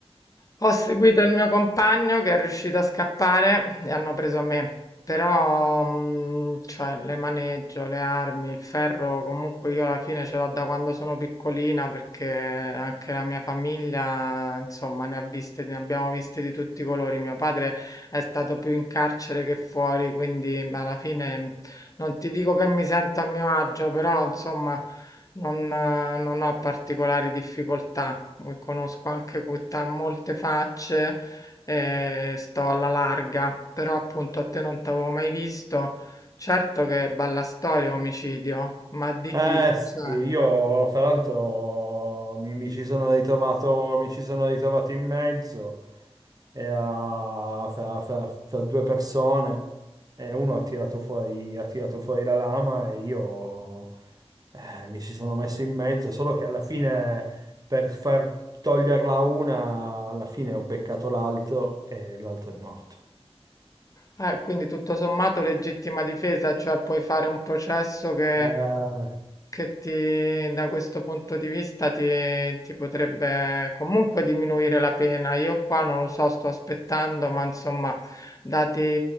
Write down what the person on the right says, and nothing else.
eh
sì,
io fra l'altro mi, mi ci sono ritrovato, mi ci sono ritrovato in mezzo e a- fra, fra- fra due persone e uno ha tirato fuori, ha tirato fuori la lama e io eh, mi ci sono messo in mezzo, solo che alla fine per far toglierla a una, alla fine ho beccato l'altro e l'altro è morto.
Ah,